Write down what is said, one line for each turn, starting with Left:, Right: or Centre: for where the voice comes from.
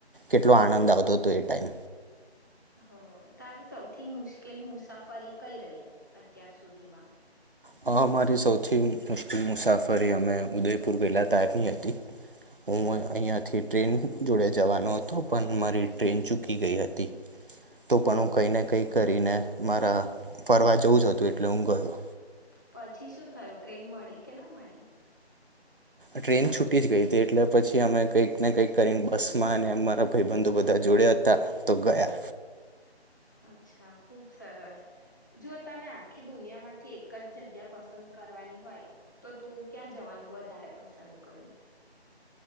Right: કેટલો આનંદ આવતો હતો એ ટાઈમ
Left: હ તારી સૌથી મુશ્કેલ મુસાફરી કઈ રહી અત્યાર સુધીમાં
Right: હ અમારી સૌથી મુશ્કેલ મુસાફરી અમે ઉદયપુર ગહેલા તારની હતી હું અહીિયાયાથી ટ્રેન જોડે જવાનો હતો પણ મારી ટ્રેન ચૂકી ગઈ હતી તો પણ હું કંઈને કંઈ કરીને મારા ફરવા જવું જ હતું એટલે હું ગયો
Left: પછી શું થયું ટ્રેન મળી કે ના મળી?
Right: ટ્રેન છૂટી જ ગઈ હતી એટલે પછી અમે કંઈક ને કઈક કરીને બસમાં અને મારા ભાઈબંધુ બધા જોડયા હતા તો ગયા
Left: અચ્છા ખુબ સરસ જો તને આખી દુનિયામાંથી એક જ જગ્યા પસંદ કરવાની હોય તો તું ક્યાં જવાનું વધારે પસંદ કરું